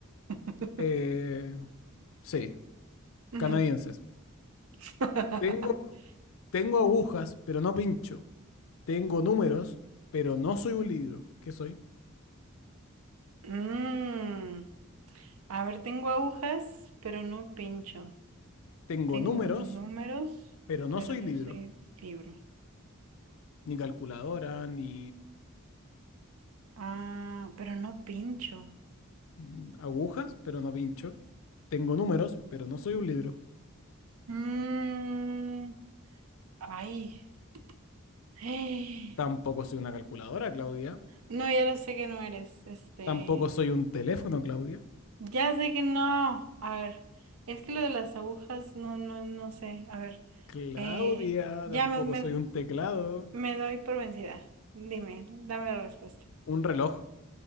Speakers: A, on the right; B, on the left.
A: <laughs>
B: eh, sí,
A: Ujú.
B: canadienses.
A: <laughs>
B: Tengo, tengo agujas, pero no pincho. Tengo números, pero no soy un libro. ¿Qué soy?
A: Mm, a ver, tengo agujas, pero no pincho.
B: Tengo
A: Tengo
B: números,
A: números,
B: pero no
A: pero
B: soy
A: no
B: libro.
A: soy libro.
B: Ni calculadora, ni
A: Ah, pero no pincho.
B: mm, agujas, pero no pincho. Tengo números, pero no soy un libro.
A: Mm, ay. <gasps> Eh,
B: Tampoco soy una calculadora, Claudia.
A: No, ya lo sé que no eres. Este.
B: Tampoco soy un teléfono, Claudia.
A: Ya sé que no. A ver. Es que lo de las agujas, no, no, no sé. A ver.
B: Claudia,
A: eh, ya
B: tampoco
A: me, me,
B: soy un teclado.
A: me doy por vencida. Dime, dame la respuesta.
B: Un reloj.